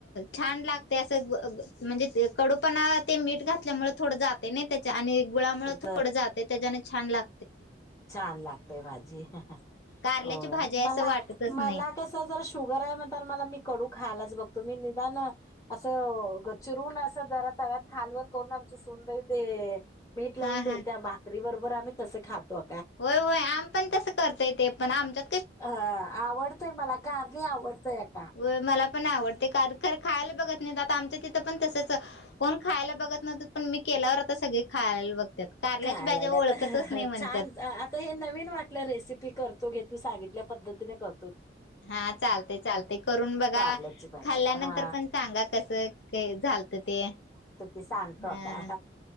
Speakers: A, on the left; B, on the left.
A: छान लाग म्हणजे अस म्हणजे कडूपणा ते मीठ घातल्यामुळे थोडं जाताना त्याच्या गुळामुळं
B: तर
A: थोड जातय त्याज्या छान लाग
B: छान लागतय भाजी
A: कारल्याची
B: होय
A: भाजी असं
B: मला
A: वाटतच
B: मला
A: नाही
B: कस जर शुगर आहे म्हणतान मला मी कडू खायलाच बघते तुम्ही निदान असं ग चिरून असं जरा तव्यात खालवर करून आमची सूनबाई दे मीठ लावून
A: हा
B: दे
A: हा
B: त्या भाकरीबर वर आम्ही तसे खातो
A: होय होय आमी पण तसं करतोय ते पण आमच्या
B: ह आवडतय मला कारली आवडतय काम
A: होय मला पण आवडतय कर खायला बघत नाही आता आमच्या तिथं पण तस <unintelligible> कोण खायला बघत नव्हतं पण मी केल्यावर तर सगळे खायला बघ कारल्याची
B: खायला
A: भाज्या ओळखतच
B: आता
A: नाही म्हण
B: छान आता हे नवीन वाटल्या रेसिपी करतो. <unintelligible> तू सांगितल्या पद्धतीने कर.
A: हा चालतय, चालतय करून बघा
B: कारल्याची भाजी
A: खाल्ल्यानंतर
B: हा
A: पण सांगा कसं! कय झालतं ते.
B: ते सांगतो
A: ह
B: का